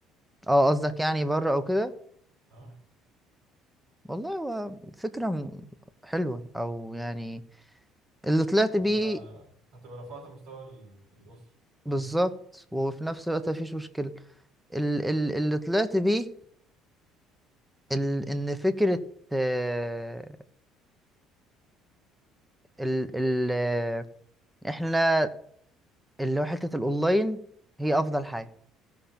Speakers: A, in the centre; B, on the right (about 60°).
A: اه قصدك يعني بره او كده
B: اه
A: والله هو فكرة م- حلوة او يعني اللي طلعت
B: هتبقى
A: بيه
B: هتبقى رفعت مستوى ال- الأسرة
A: بالظبط
B: فاهم
A: وفي نفس الوقت مفيش مشكلة ال- ال- اللي طلعت بيه ال- ان فكرة آه، ال ال آه، احنا اللي هو حتة الاونلاين هي افضل حاجة